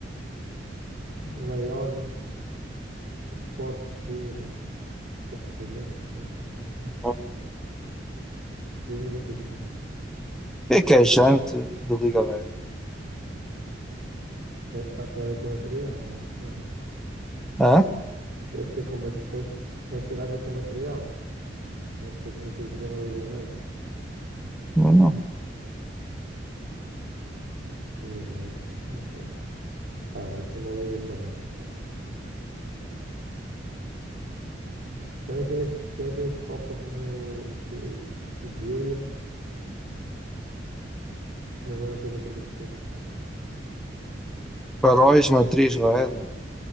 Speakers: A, on the right; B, in the centre.
A: Leon Sports Tour, é. Sports Tour, é? não sei como é assim.
B: hum. O
A: 2024.
B: que é que é jante de liga leve?
A: Tem, ah, tem a ver com material, acho. eu.
B: Hã?
A: Deve ser com mat- deve, deve ter a ver com material. Não sei, não sei o que é uma liga leve.
B: Não, não.
A: Liga leve, não sei. Ah, deve ser uma liga que é leve. Também tem este, também tem este Alfa Romeo eh, Giulia, mas eu não sei quanto é que isso está a custar.
B: Faróis, matriz LED.